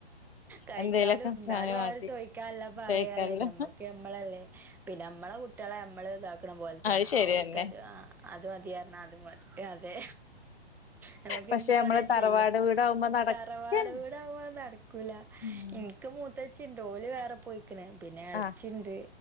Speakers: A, in the centre; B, on the left (about 65°).
A: കഴിച്ചാലും
B: എന്തേലൊക്കെ
A: ന്നാലും
B: സാനം മതി
A: ആരു ചോയ്ക്കാല്ല പറയല്ലേ
B: ചോയിക്കാല്ലോ
A: ഞമ്മക്ക് മ്മളല്ലേ പിന്നമ്മള കുട്ടിയളെ അമ്മള് ഇതാക്കണം പോലെ ത്തന
B: അത് ശരിയന്നെ
A: ആഹ് ഒൽക്കത് അ അത് മതിയർന്ന അത് മതി അ അതെ ഞമ്മക്കെന്ത്
B: പക്ഷെ നമ്മള്
A: വേണേലും
B: തറവാട്
A: ചെയ്യാ
B: വീടാവുമ്പോ നടക്കന്നെ
A: തറവാട് വീട്ടാവുമ്പോ നട് ക്കൂല
B: ഉം
A: ഇൻക്ക് മൂത്ത ച്ചിണ്ട് ഓല് വേറെ പോയിക്ക്ണ് പിന്നേ എളച്ചിണ്ട്
B: ആഹ്